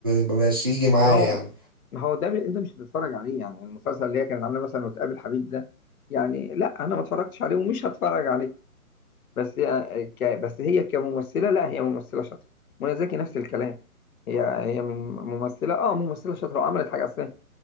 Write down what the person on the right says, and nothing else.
ما بقاش يجي معايا
يعني